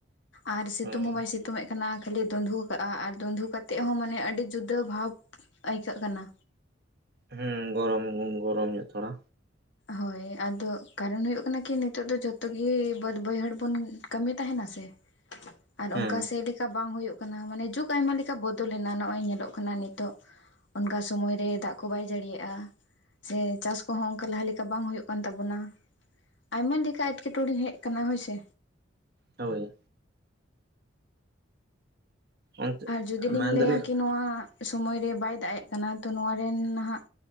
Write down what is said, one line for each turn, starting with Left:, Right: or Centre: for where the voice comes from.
Left: ᱟᱨ ᱥᱤᱛᱩᱝ
Right: ᱦᱳᱭ
Left: ᱦᱚᱸ ᱵᱟᱭ ᱥᱤᱛᱩᱝ ᱮᱫ ᱠᱟᱱᱟ ᱠᱷᱟᱹᱞᱤ ᱫᱩᱸᱫᱷᱩ ᱠᱟᱜᱼᱟ ᱟᱨ ᱫᱩᱸᱫᱷᱩ ᱠᱟᱛᱮᱜ ᱦᱚᱸ ᱢᱟᱱᱮ ᱟᱹᱰᱤ ᱡᱩᱫᱟᱹ ᱵᱷᱟᱵᱽ ᱟᱹᱭᱠᱟᱹᱜ ᱠᱟᱱᱟ᱾
Right: ᱦᱩᱸ ᱜᱚᱨᱚᱢ ᱜᱚᱨᱚᱢ ᱧᱚᱜ ᱛᱷᱚᱲᱟ᱾
Left: ᱦᱳᱭ ᱟᱫᱚ ᱠᱟᱨᱚᱱ ᱦᱩᱭᱩᱜ ᱠᱟᱱᱟ ᱠᱤ ᱱᱤᱛᱚᱜ ᱫᱚ ᱡᱷᱚᱛᱚ ᱜᱮ ᱵᱟᱹᱫ ᱵᱟᱹᱭᱦᱟᱹᱲ ᱵᱚᱱ ᱠᱟᱹᱢᱤ ᱛᱟᱦᱮᱱᱟ ᱥᱮ᱾ ᱟᱨ
Right: ᱦᱮᱸ
Left: ᱚᱝᱠᱟ <unintelligible> ᱠᱟ ᱵᱟᱝ ᱦᱳᱭᱳᱜ ᱠᱟᱱᱟ, ᱢᱟᱱᱮ ᱡᱩᱜᱽ ᱟᱭᱢᱟ ᱞᱮᱠᱟ ᱵᱚᱫᱚᱞᱮᱱᱟ ᱱᱚᱜᱼᱚᱭ ᱧᱮᱞᱚᱜ ᱠᱟᱱᱟ ᱱᱤᱛᱚᱜ᱾ ᱚᱱᱠᱟ ᱥᱚᱢᱚᱭ ᱨᱮ ᱫᱟᱜ ᱠᱚ ᱵᱟᱭ ᱡᱟᱹᱲᱤᱭᱟᱜᱼᱟ, ᱥᱮ ᱪᱟᱥ ᱠᱚᱦᱚᱸ ᱚᱱᱠᱟ ᱞᱟᱦᱟ ᱞᱮᱠ ᱠᱟ ᱵᱟᱝ ᱦᱳᱭᱳᱜ ᱠᱟᱱ ᱛᱟᱵᱚᱱᱟ, ᱟᱭᱢᱟ ᱞᱮᱠᱟ ᱮᱴᱠᱮᱴᱚᱬᱮ ᱦᱮᱡ ᱠᱟᱱᱟ ᱦᱳᱭᱥᱮ᱾
Right: ᱦᱳᱭ᱾ ᱚᱱᱛᱮ
Left: ᱟᱨ ᱡᱩᱫᱤ ᱞᱤᱧ
Right: ᱢᱮᱱᱫᱟᱞᱤᱧ
Left: ᱞᱟᱹᱭᱟ ᱠᱤ ᱱᱚᱣᱟ ᱥᱚᱢᱚᱭ ᱨᱮ ᱵᱟᱭ ᱫᱟᱜ ᱮᱜ ᱠᱟᱱᱟ ᱛᱚ ᱱᱚᱣᱟ ᱨᱮᱱ ᱱᱟᱦᱟᱜ